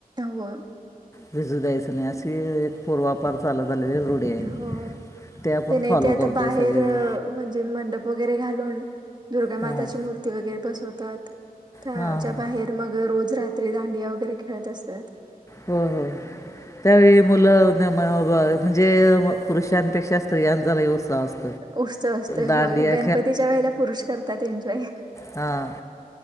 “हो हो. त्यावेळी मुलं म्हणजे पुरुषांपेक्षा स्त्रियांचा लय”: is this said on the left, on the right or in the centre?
Left